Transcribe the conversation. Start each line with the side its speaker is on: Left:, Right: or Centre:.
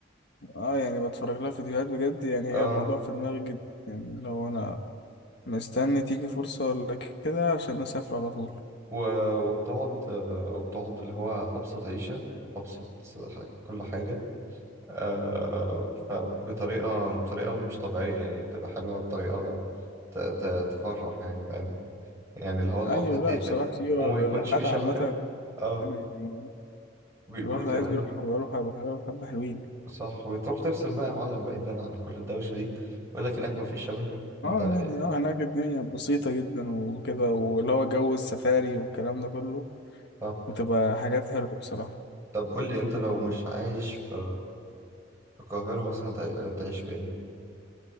Left: اه يعني بتفرج لها فيديوهات بجد يعني هي
Right: اه
Left: الموضوع في دماغي جدا يعني لو انا مستني تيجي فرصة ولا كده عشان اسافر على طول
Right: و- وبتقعد آه، وبتقعد اللي هو أبسط عيشة وأبسط ح- كل حاجة آه، فبطريقة بطريقة مش طبيعية يعني بتبقى حلوة بطريقة ت- ت- تفرح يعني فاهم يعني اللي هو صعب
Left: ايوه
Right: هتقفل
Left: لا بصراحه سيوه
Right: وما
Left: الرحلات
Right: يكونش في شبكة
Left: عامه
Right: اه
Left: يعني
Right: بيقولوا
Left: الواحد
Right: كمان
Left: عايز يروح يروح بحلاوه حبه حلوين
Right: صح وتروح تفصل بقى يا معلم بعيدا عن كل الدوشة دي يقول لك هناك مفيش شبكة انت
Left: اه
Right: إيه؟
Left: يعني اه هناك الدنيا بسيطه جدا وكده واللي هو جو السفاري والكلام ده كله
Right: صح
Left: وتبقى حاجات حلوه بصراحه
Right: طب قول لي انت لو مش عايش في في القاهرة مثلا تع- تعيش فين؟